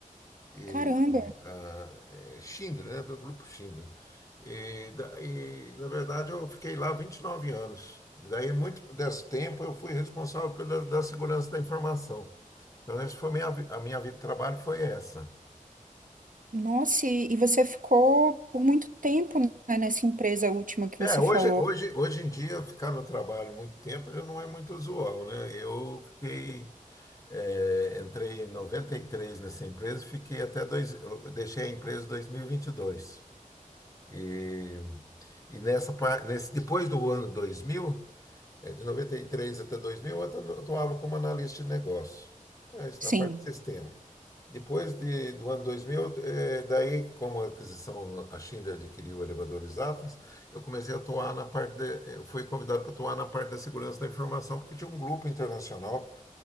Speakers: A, on the left; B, on the right.
A: e,
B: Caramba,
A: ah, é Schindler, né, do grupo Schindler. E, da- e, na verdade, eu fiquei lá 29 anos. Daí, muito desse tempo, eu fui responsável pela da segurança da informação. Então, essa foi minha, vi- a minha vida de trabalho foi essa.
B: nossa, e, e você ficou por muito tempo, né, nessa empresa última que
A: É,
B: você
A: hoje,
B: falou.
A: hoje, hoje em dia, ficar no trabalho muito tempo já não é muito usual, né? Eu fiquei, eh, entrei em 93 nessa empresa, fiquei até dois, eu deixei a empresa em dois mil E, vinte e dois. E e nessa, pa- nesse, depois do ano 2000, eh, de 93 até 2000, eu atu- eu atuava como analista de negócio, mas
B: Sim.
A: na parte de sistema. Depois de, do ano 2000, eh, daí, como a aquisição, a Schindler adquiriu elevadores Atlas, eu comecei a atuar na parte, de, eu fui convidado para atuar na parte da segurança da informação, porque tinha um grupo internacional